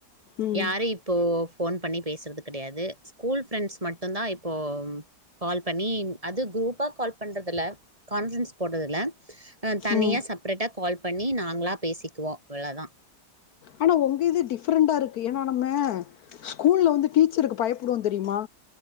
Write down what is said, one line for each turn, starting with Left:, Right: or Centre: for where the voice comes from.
Left: ம்
Right: யாரு இப்போ ஃபோன் பண்ணி பேசுரது கிடையாது ஸ்கூல் ஃப்ரெண்ட்ஸ் மட்டுும்தான் இப்போ கால் பண்ணி அது குரூப்பா கால் பண்றதுில்ல கான்ஃப்ரன்ஸ் போடுறதுல ஆ தனியா
Left: ம்
Right: செப்ரேட்டா கால் பண்ணி நாங்களா பேசிக்குவோம் அவ்வளோதான்
Left: ஆனா உங்க இது டிஃப்ரெண்டா இருக்கு ஏன்னா நம்ம ஸ்கூல்ல வந்து டீச்சருக்கு பயப்படுவோம் தெரியுமா